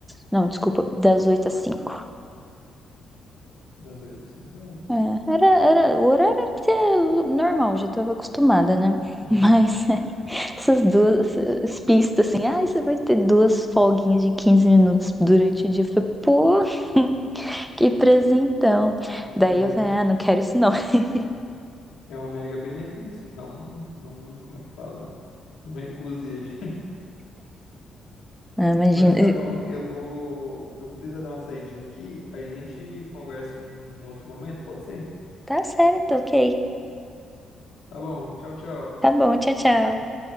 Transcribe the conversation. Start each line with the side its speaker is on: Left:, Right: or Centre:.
Centre: Não, desculpa, das 8 às cinco
Left: Das oito, assim. É.
Centre: É, era, era, o horário era que é normal, já estava acostumada, né?
Left: Uhum.
Centre: Mas <laughs> essas duas essas pistas assim, ah, você vai ter duas folguinhas de 15 minutos durante o dia. Eu falei, pô, <laughs> que presentão.
Left: E
Centre: Daí
Left: presente,
Centre: eu falei, ah,
Left: tipo,
Centre: não quero isso não. <laughs>
Left: é um mega benefício. Não, não, como é que fala? Não recuse ele.
Centre: Ah, imagina.
Left: Mas tá bom, eu vou, eu vou precisar dar uma saidinha aqui. Aí a gente conversa em um outro momento, pode ser?
Centre: Tá certo, ok.
Left: Tá bom, tchau, tchau.
Centre: Tá bom, tchau, tchau.